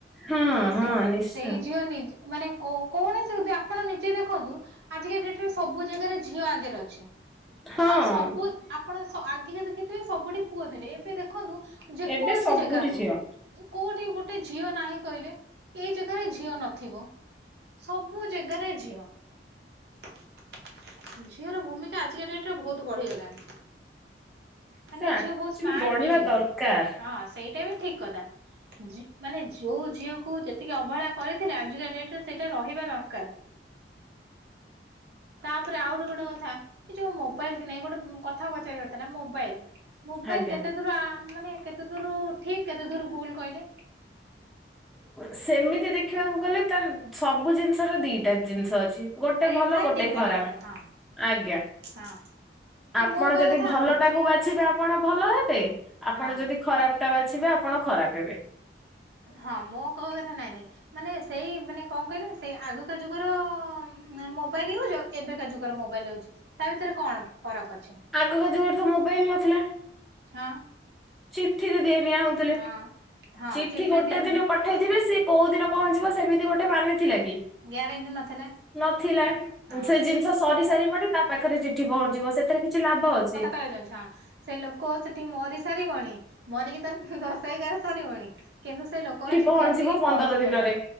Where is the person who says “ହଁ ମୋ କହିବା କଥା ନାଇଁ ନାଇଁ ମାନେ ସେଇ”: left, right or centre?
Right